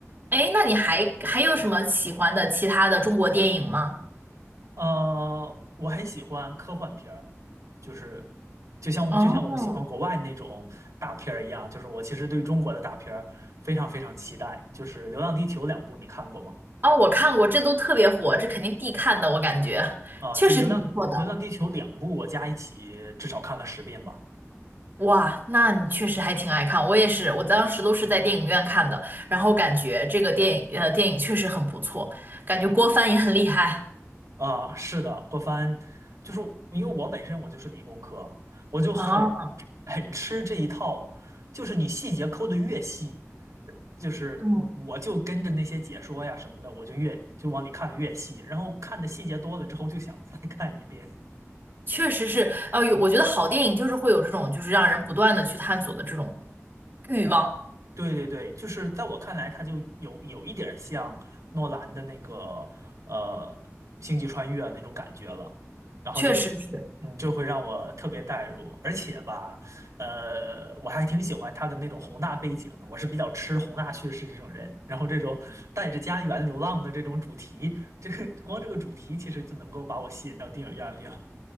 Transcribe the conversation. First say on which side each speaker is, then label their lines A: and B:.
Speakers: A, on the right; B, on the right.
A: 哎，那你还还有什么喜欢的其他的中国电影吗？
B: 呃，我很喜欢科幻片儿，就是就像我就像我们喜欢国外那种大片儿一样，
A: 哦，
B: 就是我其实对中国的大片儿非常非常期待。就是《流浪地球》两部，你看过吗？
A: 哦，我看过，这都特别火，这肯定必看的，我感觉
B: 啊、
A: 确实挺不错的。
B: 就《流浪流浪地球》两部，我加一起至少看了十遍吧。
A: 哇，那你确实还挺爱看，我也是，我当时都是在电影院看的，然后感觉这个电影呃电影确实很不错，感觉郭帆也很厉害
B: 啊，是的，郭帆，就是因为我本身我就是理工科，我就很
A: 啊，
B: <laughs> 很吃这一套，就是你细节抠的越细，就是我就跟着那些解说呀什么的，
A: 嗯，
B: 我就越就往里看的越细，然后看的细节多了之后就想再看一遍。
A: 确实是，呃，有我觉得好电影就是会有这种就是让人不断的去探索的这种欲望，
B: 对对对，就是在我看来，它就有有一点像诺兰的那个呃《星际穿越》那种感觉了，然后就是
A: 确实是，
B: 嗯，就会让我特别带入，而且吧，呃，我还挺喜欢他的那种宏大背景的，我是比较吃宏大叙事这种人，然后这种带着家园流浪的这种主题，这个光这个主题其实就能够把我吸引到电影院里了。